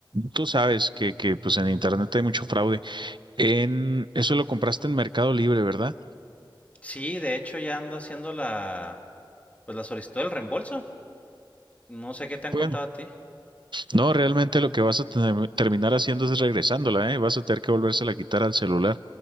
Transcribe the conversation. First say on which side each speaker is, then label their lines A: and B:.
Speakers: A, on the right; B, on the left.
A: Tú sabes que, que pues en internet hay mucho fraude. En eso lo compraste en Mercado Libre, ¿verdad?
B: Sí, de hecho ya ando haciendo la, pues la solicitud del reembolso. No sé qué te han
A: Bueno,
B: contado a ti.
A: no, realmente lo que vas a tener- terminar haciendo es regresándola, ¿eh? Vas a tener que volvérsela a quitar al celular.